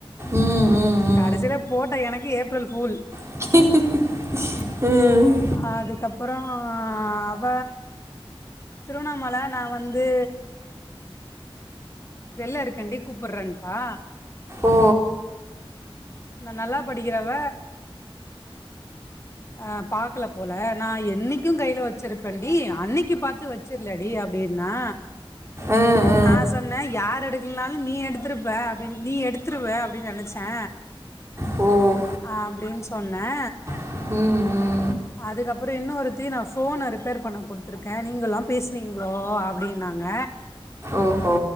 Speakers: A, on the right; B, on the left.
A: ம் ம் ம்
B: கடைசில போட்ட எனக்கு ஏப்ரல் ஃபூல்
A: <unintelligible> ம்
B: அதுக்கப்புறொ அவ திருவண்ணாமல நா வந்து வெள்ள இருக்கண்டி கூப்பறேன்டா
A: ஓ
B: நா நல்லா படிக்கறவ அ பாக்கல போல நா என்னைக்கு கைல வச்சிருப்பேன்ண்டி அன்னைக்கு பாத்து வச் சர்லடி அப்டின்னா
A: ஆ அ
B: நா சொன்னே யாார் எடுக்கலனாலு நீ எடுத்திருப்ப அப்டின் நீ எடுத்துருவ அப்டின் நெனச்சே
A: ஓ
B: அப்டின்னு சொன்னே
A: ம் ம்
B: அதுக்கப்றம் இன்னொருத்த நான் போஃபன ரிப்பேர் பண்ண குடுத்துருக்கேன் நீங்க எல்லாம் பேசனீங்களோ அப்டின்னாங்க
A: ஓஹோ